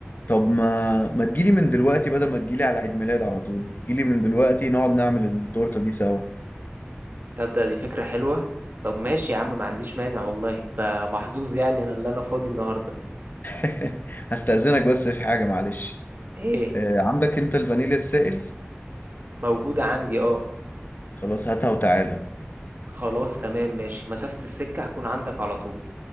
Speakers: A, on the left; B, on the right.
A: طب ما ما تجيلي من دلوقتي بدل ما تجيلي على عيد ميلاد على طول جيلي من دلوقتي نقعد نعمل التورتة دي سوا
B: تصدق دي فكرة حلوة طب ماشي يا عم ما عنديش مانع والله انت محظوظ يعني انا اللي انا فاضي النهاردة
A: <laughs> هستأذنك بس في حاجة معلش
B: ايه
A: آه، عندك انت الفانيليا السائل
B: موجودة عندي اه
A: خلاص هاتها وتعالى
B: خلاص تمام ماشي مسافة السكة هكون عندك على طول